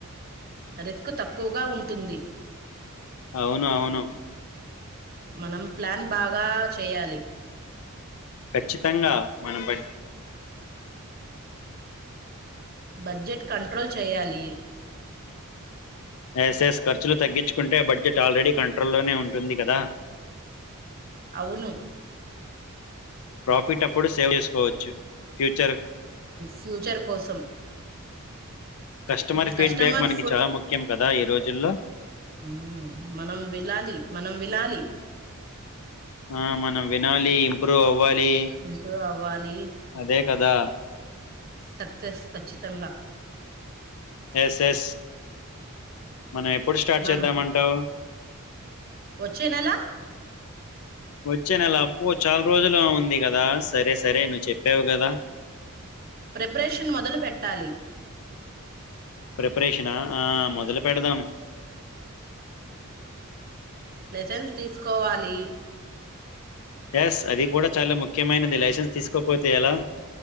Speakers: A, on the right (about 45°); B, on the left (about 70°).
A: రిస్క్ తక్కువగా ఉంటుంది
B: అవును అవును
A: మనం ప్లాన్ బాగా చెయ్యాలి
B: ఖచ్చితంగా మనం పట్
A: బడ్జెట్ కంట్రోల్ చెయ్యాలి
B: ఎస్ఎస్ ఖర్చులు తగ్గించుకుంటే బడ్జెట్ ఆల్రెడీ కంట్రోల్లోనే ఉంటుంది కదా
A: అవును
B: ప్రాఫిట్ అప్పుడు సేవ్ చేసుకోవచ్చు ఫ్యూచర్
A: ఫ్యూచర్ కోసం
B: కస్టమర్ ఫీడ్బ్యాక్
A: కస్టమర్
B: మనకి చాలా ముఖ్యం కద కదా ఈ రోజుల్లో
A: హ్మ్ మనం విలాలి మనం విలాలి
B: ఆ మనం వినాలి ఇంప్రూవ్ అవ్వాలి
A: ఇంప్రూవ్ అవ్వాలి
B: అదే కదా
A: సక్సెస్ ఖచ్చితంగా
B: ఎస్ ఎస్ మనం ఎప్పుడు స్టార్ట్
A: మన
B: చేద్దామంటావ్
A: వచ్చే నెల
B: వచ్చే నెల అబ్బో చాల రోజులు ఉంది కదా సరే సరే నువ్వు చెప్పావు కదా
A: ప్రిపరేషన్ మొదలు పెట్టాలి
B: ప్రిపరేషనా ఆ ఆ మొదలు పెడదాం
A: లైసెన్స్ తీసుకోవాలి
B: యస్ అది కూడా చాలా ముఖ్యమైనది లైసెన్స్ తీసుకోపోతే ఎలా